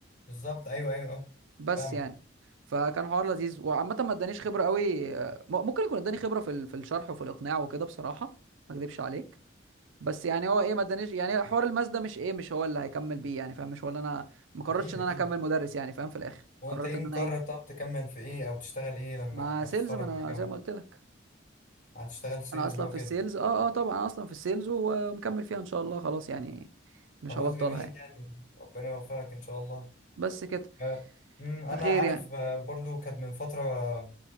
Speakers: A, on the left (about 40°); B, on the right (about 80°).
A: بالظبط ايوه ايوه اه
B: بس
A: فاهمك
B: يعني فكان حوار لذيذ وعامه ما ادانيش خبره قوي آه، م- ممكن يكون اداني خبره في ال- في الشرح وفي الاقناع وكده بصراحه ما اكدبش عليك بس يعني هو ايه ما ادانيش يعني حوار الماس ده مش ايه مش هو اللي هيكمل بيه يعني فاهم مش هو اللي انا ما قررتش
A: اكيد
B: ان
A: اكيد
B: انا اكمل مدرس يعني فاهم في الاخر
A: هو
B: قررت
A: انت ايه
B: ان
A: مقرر
B: انا ايه
A: طب تكمل في ايه او تشتغل ايه لما
B: مع
A: هتتخرج
B: سيلز ما انا
A: من الجامعة
B: زي ما قلت لك
A: هتشتغل سيلز
B: انا اصلا
A: بقى
B: في
A: وكده
B: السيلز اه اه طبعا انا اصلا في السيلز و- ومكمل فيها ان شاء الله خلاص يعني مش
A: خلاص
B: هبطلها
A: جميل
B: يعني
A: يعني ربنا يوفقك ان شاء الله
B: بس كده
A: آه، أمم، انا
B: فخير
A: عارف
B: يعني
A: آه، برضو كانت من فترة آه،